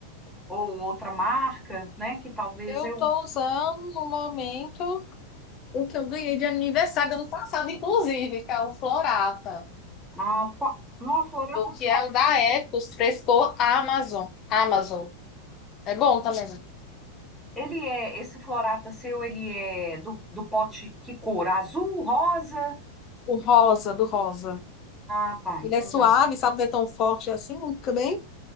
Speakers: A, in the centre; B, on the left.
A: ou outra marca, né, que talvez
B: Eu
A: eu
B: tô usando no momento o que eu ganhei de aniversário do ano passado, inclusive, que é o Florata.
A: ah, qual... Não, a Florata,
B: que é o da Ecos, frescor Amazon. Amazon. É bom também.
A: ele é esse Florata seu, ele é do, do pote que cor? Azul, rosa?
B: O rosa, do rosa.
A: Ah, tá,
B: Ele
A: então
B: é suave,
A: já. sei.
B: sabe não é tão forte assim, fica bem